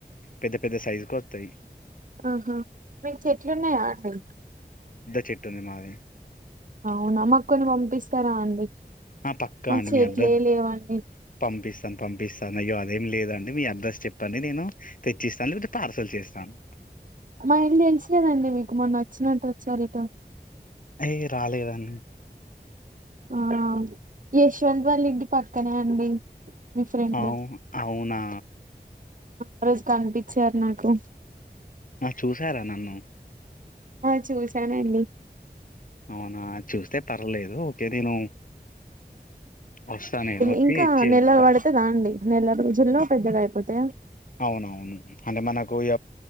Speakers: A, on the left (about 55°); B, on the right (about 50°).
A: పెద్ద పెద్ద సైజు కు వస్తాయి
B: ఆహా మీకు చెట్లున్నాయా అండి
A: చట్ంది మాది
B: అవునా మాక్కని పంపిస్తారా అండి
A: ఆ పక్కా
B: మ
A: అండి
B: చేట్లే
A: మీ అడ్రస్
B: లేవండి
A: పంపిస్తాను పంపిస్తాను అయ్యో అదేం లేదు డి మీ అడ్రస్ చెప్పండి నేను తెచ్చిస్తాను లేకపోతే పార్సల్ చేస్తాను
B: మా ఇల్లు ఎంచలేదండి మీకు మొన్న నచ్చినట్టు వచ్చారు ఇటో
A: అయ రాలేదాన్ని
B: ఆ యశ్వంత్ వాల్లి ఇంటి పక్కనే అండి మీ ఫ్రెండ్
A: అవు అవునా
B: ఆ రోజు కనిపించారు నాకు
A: ఆ చూసారా నన్ను
B: ఆ చూసానండి
A: అవునా చూస్తే పర్లేదు ఓకే నేను వస్తా నేను వచ్చి
B: ఇంకా
A: ఇచ్చి వెళ్తా
B: నెలలు పడితే దా అండి నెల రోజుల్లో పెద్దగా అయిపోతాయా
A: అవునవును అంటే మనకు ఇ